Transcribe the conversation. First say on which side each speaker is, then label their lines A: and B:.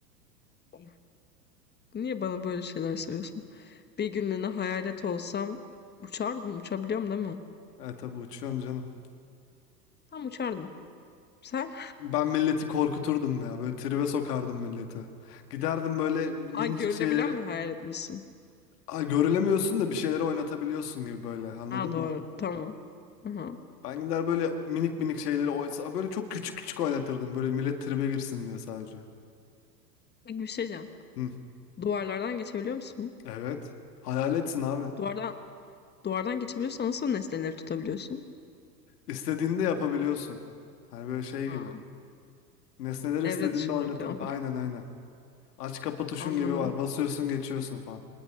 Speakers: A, on the left (about 20°); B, on the left (about 70°).
A: of, niye bana böyle şeyler söylüyorsun? Bir günlüğüne hayalet olsam uçardım uçabiliyorum değil mi?
B: E tabi uçuyorsun canım.
A: Tam uçardım. Sen?
B: Ben milleti korkuturdum ya böyle tribe sokardım milleti. Giderdim böyle minicik
A: Ha görülebilen
B: şeyleri
A: mi hayal etmişsin?
B: Aa, görülemiyorsun da bir şeyleri oynatabiliyorsun gibi böyle anladın
A: Ha
B: mı?
A: doğru. Tamam. Aha.
B: Ben gider böyle minik minik şeyleri oysa böyle çok küçük küçük oynatırdım. Böyle millet tribe girsin diye sadece.
A: Peki bir şey diyeceğim.
B: Hı.
A: Duvarlardan geçebiliyor musun?
B: Evet. Hayaletsin abi.
A: Duvardan duvardan geçebiliyorsan nasıl nesneleri tutabiliyorsun?
B: İstediğini de yapabiliyorsun. Hani böyle şey
A: Ha.
B: gibi. Nesneleri
A: Evre
B: istediğinde
A: dışı bırakıyorum.
B: de Aynen
A: <laughs>
B: aynen. Aç kapa tuşun
A: Anladım.
B: gibi var. Basıyorsun geçiyorsun falan.